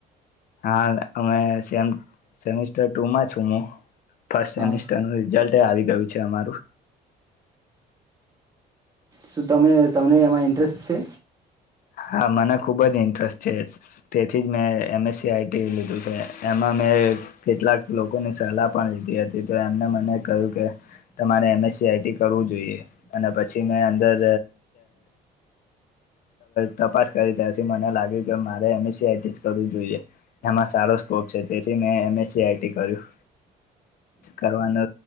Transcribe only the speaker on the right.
હા
શું તમે તમને એમાં ઇન્ટરેસ્ટ છે.